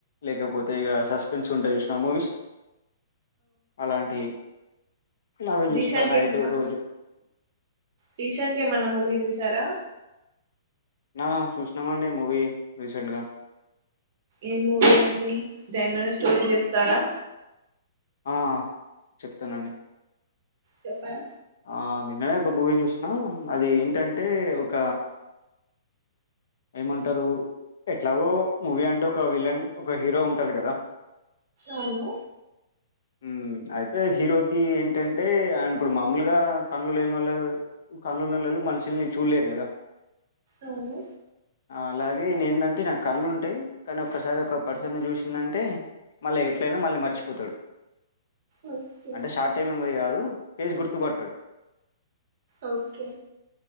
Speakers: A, on the left; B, on the right.
A: లేకపోతే ఇగ సస్పెన్స్ ఉంటాయి ష్ణ మూవీస్ అలాంటి నవే చూస్తానయిటు
B: రీసెంట్ గా ఏమన్నా
A: రోజు
B: రీసెంట్ గా ఏమన్నా మూవీ చూసారా?
A: నా చూసినామండి మూవీ. రీసెంట్‌గా.
B: ఏ మూవీ అండి దైమన్ స్టోరీ చెప్తారా?
A: ఆ చెప్తానండి
B: చెప్పర
A: ఆ నిన్ననే ఒక మూవీ చూసిన అది ఏంటంటే ఒక ఏమంటారు ఎట్లాగో మూవీ అంటే ఒక విలన్, ఒక హీరో ఉంటాడు కదా.
B: అవును
A: ఊ అయితే హీరోకి ఏంటంటే అయన ఇప్పుడు మా మూలుగా కళ్ళు లేని వాళ్ళు కళ్ళు లున్న వాళ్ళు మనుషుల్ని చూడలేరు కదా.
B: అవును
A: అలాగే నే ఏంటంటే నాకు కళ్ళ ఉంటాయి కానీ ఒక్కసారి ఒక పర్సన్ని చూసిందంటే మళ్ళీ ఎట్లైనా మళ్ళీ మర్చిపోతాడు
B: ఓకే
A: అంటే షార్ట్ టైమ్ మెమోరీ కాదు ఫేస్ గుర్తుపట్టడు
B: ఓకే